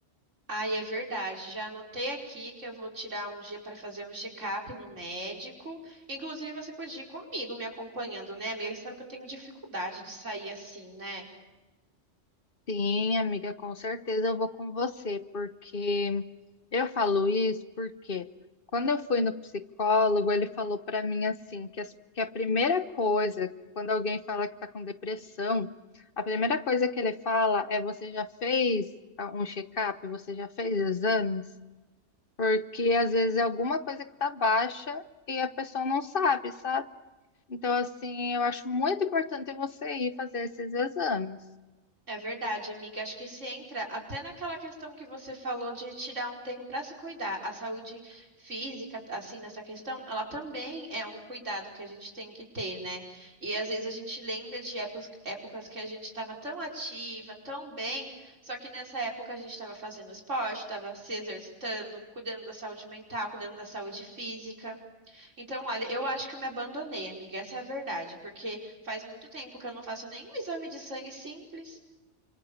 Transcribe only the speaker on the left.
Sim, amiga, com certeza eu vou com você, porque eu falo isso porque quando eu fui no psicólogo, ele falou pra mim assim, que, as- que a primeira coisa, quando alguém fala que tá com depressão, a primeira coisa que ele fala é você já fez ah, um check-up, você já fez exames? Porque às vezes é alguma coisa que tá baixa e a pessoa não sabe, sabe? Então, assim, eu acho muito importante você ir fazer esses exames.